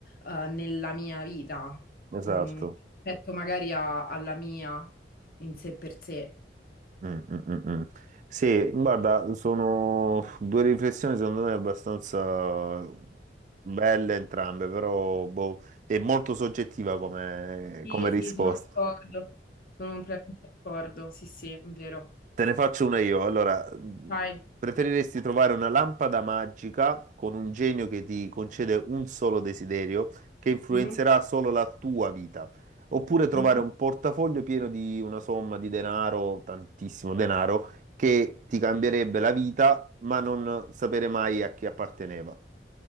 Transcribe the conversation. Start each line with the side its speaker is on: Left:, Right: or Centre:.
Left: uh, nella mia vita,
Right: esatto.
Left: Mm, rispetto magari a- alla mia in sé per sé.
Right: Mm, mm, mm, mm. Sì, guarda, sono due riflessioni secondo me abbastanza belle entrambe, però boh, è molto soggettiva come,
Left: Sì,
Right: come risposta.
Left: sì, sono d'accordo. Sono completamente d'accordo, sì, sì, è vero.
Right: Te ne faccio una io. Allora, mh,
Left: Vai.
Right: preferiresti trovare una lampada magica con un genio che ti concede un solo desiderio che influenzerà
Left: Mhm,
Right: solo la tua vita, oppure trovare
Left: mhm.
Right: un portafoglio pieno di una somma di denaro, tantissimo denaro, che ti cambierebbe la vita, ma non sapere mai a chi apparteneva?